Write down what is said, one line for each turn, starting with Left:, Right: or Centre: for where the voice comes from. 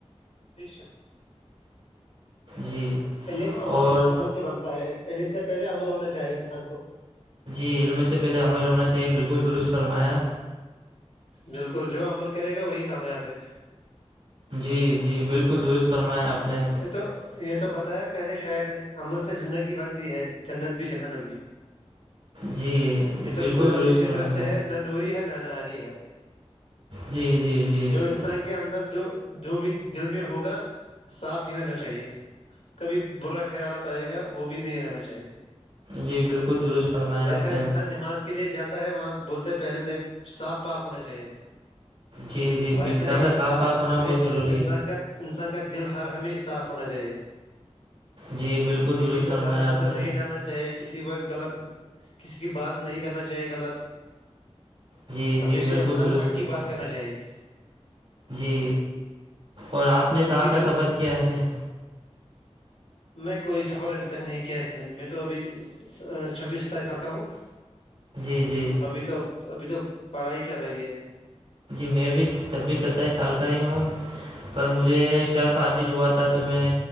Left: بے شک
Right: جی
Left: علم عمل
Right: اور
Left: عمل سے بنتا ہے علم سے پہلے عمل ہونا چاہیے انسان کو
Right: جی علم سے پہلے عمل ہونا چاہیے بلکل درست فرمایا
Left: بلکل جو عمل کرے گا وہی کامیاب ہے
Right: جی جی بلکل درست فرمایا آپ نے
Left: یہ تو یہ تو بتایا پہلے شاعر نے عمل سے زندگی بنتی ہے جنت بھی جہنم بھی
Right: جی
Left: یہ تو
Right: بلکل
Left: خود
Right: درست
Left: اپنی
Right: فرمایا
Left: فطرت سے ہے نہ نوری ہے نہ ناری ہے
Right: جی جی جی
Left: جو انسان کے کے اندر جو جو بھی دل میں ہوگا صاف ہی ہونا چاہیے کبھی برا خیالات آئے گا وہ بھی نہیں رہنا چاہیے
Right: جی بلکل درست فرمایا
Left: جیسا
Right: آپ نے
Left: انسان نماز کے لیے جاتا ہے وہاں بولتے ہیں پہلے نہیں صاف پاک ہونا چاہیے
Right: جی جی
Left: ویسا
Right: انسان
Left: ہی
Right: کا
Left: صاف
Right: پاک
Left: ہر
Right: ہونا
Left: ہمیش
Right: بہت ضروری
Left: انسان
Right: ہے
Left: انسان کا دل ہر ہمیش صاف ہونا چاہیے
Right: جی بالکل
Left: کسی
Right: درست
Left: پر
Right: فرمایا
Left: غلط
Right: آپ
Left: نظر
Right: نے
Left: نہیں ڈالنا چاہے کسی پر غلط کسی کی بات نہیں کرنا چاہیے غلط
Right: جی
Left: ہمیشہ
Right: جی بالکل
Left: انسان
Right: درست
Left: حق
Right: فرمائیں
Left: کی بات کرنا چاہیے
Right: جی اور آپ نے
Left: کیونکہ
Right: کہاں کا
Left: جو
Right: سفر کیا ہے
Left: میں کوئی سفر ابھی تک نہیں کیا ہے زندگی میں تو ابھی چھبیس ستائیس سال کا ہوں
Right: جی جی
Left: ابھی تو ابھی تو پڑھائی چل رہی ہے
Right: جی میں بھی چھبیس ستائیس سال کا ہی ہوں پر مجھے شرف حاصل ہوا تھا تو میں